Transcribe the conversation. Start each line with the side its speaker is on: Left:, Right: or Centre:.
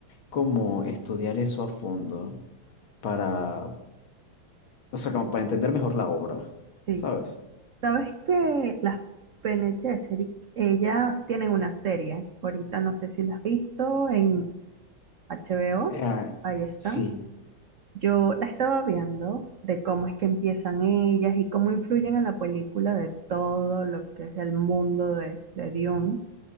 Left: como estudiar eso a fondo para, o sea, como para entender mejor la obra,
Right: sí.
Left: ¿sabes?
Right: Sabes que las Bene Gesserit, ellas tienen una serie. Ahorita no sé si las has visto en HBO.
Left: Eh,
Right: Ahí están.
Left: sí,
Right: Yo la estaba viendo de cómo es que empiezan ellas y cómo influyen en la película de todo lo que es el mundo de, de Dune.